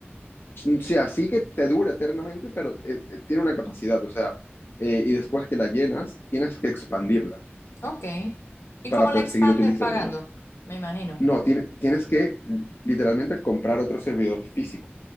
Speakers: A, on the left; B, on the left.
A: Sí, así que te dura eternamente, pero eh, eh, tiene una capacidad, o sea, eh, y después que la llenas, tienes que expandirla
B: Ok. ¿Y
A: para
B: cómo la
A: poder
B: expandes
A: seguir utilizándola.
B: pagando? Me imagino.
A: No, tiene- tienes que literalmente comprar otro servidor físico,